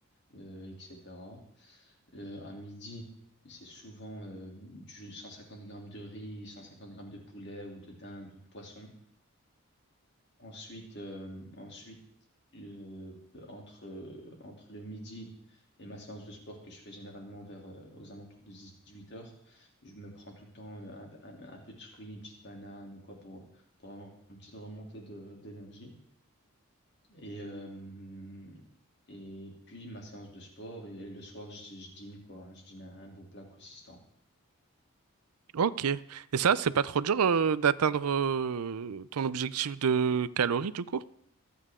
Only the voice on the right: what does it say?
Ok. Et ça, c'est pas trop dur euh, d'atteindre euh, ton objectif de calories, du coup?